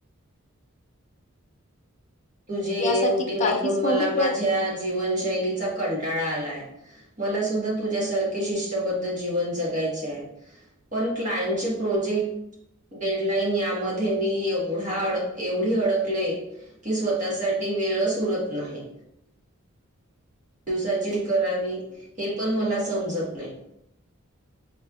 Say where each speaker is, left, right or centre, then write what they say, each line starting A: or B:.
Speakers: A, on the right; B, on the left.
A: तुझी
B: यासाठी
A: रुटीन
B: काहीच
A: ऐकून मला
B: मोठे प्रयत्न
A: माझ्या जीवनशैलीचा कंटाळा आलाय मला सुद्धा तुझ्यासारखे शिष्टबद्ध जीवन जगायचे आहे पण क्लायंटचे प्रोजेक्ट डेडलाईन यामध्ये मी एवढा अड एवढी अडकले की स्वतःसाठीठी वेळच उरत नाही दिवसाची करावी हे पण मला समजत नाही